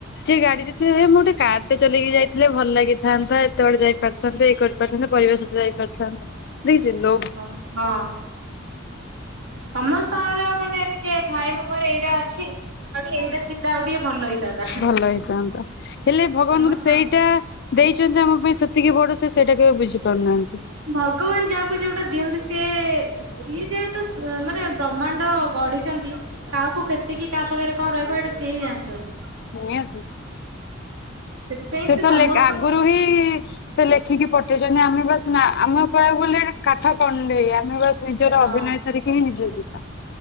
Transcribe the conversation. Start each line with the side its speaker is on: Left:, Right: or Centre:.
Left: ସେ ଗାଡିରେ ଥିବେ ହେ ମୁଁ ଗୋଟେ କାରଟେ ଚଲେଇକି ଯାଇଥିଲେ ଭଲ ଲାଗିଥାନ୍ତା ଏତେ ବାଟ ଯାଇପାର ଏଇ କରିପାରଥାନ୍ତି ପରିବା ସବୁ ଯାଇପାରିଥାନ୍ତା। <unintelligible>
Right: ହଁ ହଁ ସମସ୍ତଙ୍କର ମାନେ ଟିକେ ଥାଏ ମୋ ପାଖରେ ଏଇଟା ଅଛି ଆଉ ଟିକେ ଏଇଟା ଥିଲା ଆଉ ଟିକେ ଭଲ ହେଇଥାନ୍ତା
Left: ଭଲ ହେଇଥାନ୍ତା ହେଲେ ଭଗବାନଙ୍କୁ
Right: ସମସ୍ତଙ୍କର
Left: ସେଇଟା ଦେଇଛନ୍ତି ଆମ ପାଇଁ ସେତିକି ବଡ ସେ ସେଇଟା କେବେ ବୁଝିପାରୁନାହାନ୍ତି।
Right: ଭଗବାନ ଯାହାକୁ ଯୋଉଟା ଦିଅନ୍ତି ସିଏ ସିଏ ଯେହେତୁ ମାନେ ବ୍ରହ୍ମାଣ୍ଡ ଗଢିଛନ୍ତି କାହାକୁ କେତିକି କାହା ପାଖରେ କଣ ରହିବ ଏଇଟା ସିଏ ହି ଜାଣିଛନ୍ତି।
Left: ନିହାତି
Right: ସେ
Left: ସେ କ
Right: ସମସ୍ତଙ୍କୁ
Left: ଲେ ଆଗରୁ ହିଁ ସେ ଲେଖିକି ପଠେଇଛନ୍ତି ଆମେ ବାସ ନା ଆମେ କହିବାକୁ ଗଲେ କାଠ କଣ୍ଡେଇ ଆମେ ବାସ୍ ନିଜର
Right: ହଁ
Left: ଅଭିନୟ ସାରିକି ହିଁ ନିଜେ ଯିବା